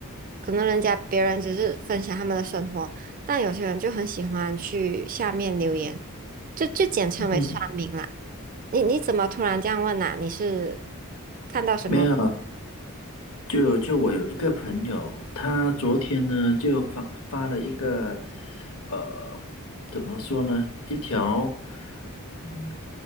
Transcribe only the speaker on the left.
嗯，
没有，就就我有一个朋友，他昨天呢就发发了一个，呃，怎么说呢？一条嗯